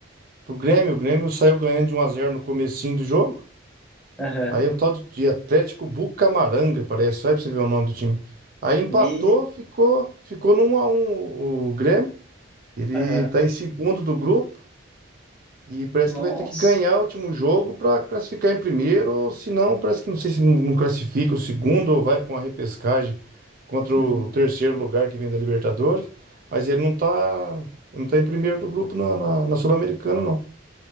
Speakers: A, on the right; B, in the centre.
A: do Grêmio. O Grêmio saiu ganhando de um x 0 no comecinho do jogo.
B: Aham.
A: Aí um tal de, de Atlético Bucamaranga, parece. Só aí pra você ver o nome do time. Aí empatou,
B: Me...
A: ficou, ficou no 1x1 o Grêmio. Ele
B: Aham.
A: tá em segundo do grupo. E parece
B: Nossa.
A: que vai ter que ganhar o último jogo para classificar em primeiro, ou se não, parece que não sei se não, não classifica o segundo ou vai para uma repescagem contra o
B: Uhum.
A: terceiro lugar que vem da Libertadores. Mas ele não tá, não tá em primeiro do grupo na, na, na Sul-Americana, não.